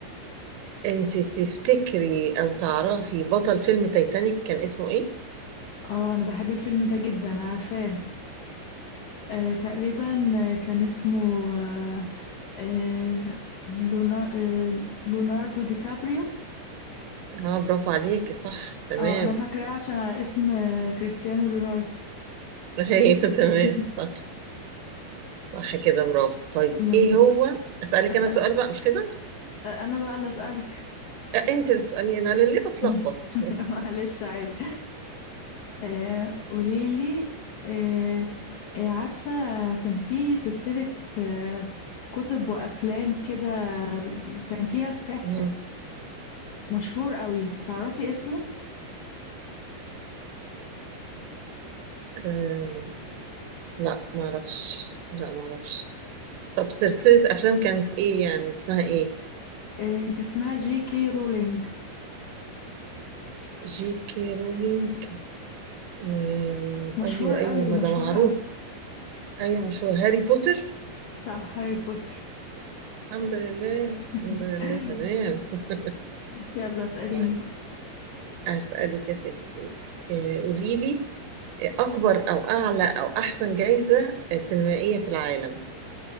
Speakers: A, on the right; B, on the left.
A: انت تفتكري او تعرفي بطل فيلم تايتانيك كان اسمه ايه
B: اه انا بحب الفيلم ده جدا عارفاه آه، تقريبا آه، كان اسمه آه، آه، لونا- آه، ليوناردو دي كابريو
A: اه برافو عليكي صح تمام
B: اه انا فاكراه عشان على اسم آه، كريستيانو ليوناردو
A: <laughs> ايوه تمام
B: <laughs>
A: صح صح كده برافو طيب
B: ماشي
A: ايه هو اسالك
B: أسأل...
A: انا سؤال بقى مش كده
B: انا بقى اللي اسالك
A: آه، انت اللي تساليني انا ليه
B: <laughs>
A: بتلخبط
B: معلش عادي آه، قوليلي آه، آه، عارفة كان في سلسلة آه، كتب وأفلام كده كان فيها ساحر
A: <laughs> مم.
B: مشهور قوي تعرفي اسمه
A: آم، لا ما اعرفش لا ما اعرفش طب سلسله افلام كانت ايه يعني اسمها ايه
B: إيه كان اسمها جي كي رولينج
A: جي كي رولينج آه
B: مشهور
A: ايوه ايوه
B: قوي
A: ما
B: مشهور
A: ده معروف
B: قوي
A: ايوه مشهور هاري بوتر
B: صح هاري بوتر
A: الحمد لله
B: <laughs>
A: الحمد لله تمام <laughs>
B: يلا اسأليني
A: طيب
B: بقى
A: اسالك يا ستي آه قولي لي آه، اكبر او اعلى او احسن جائزه سينمائيه في العالم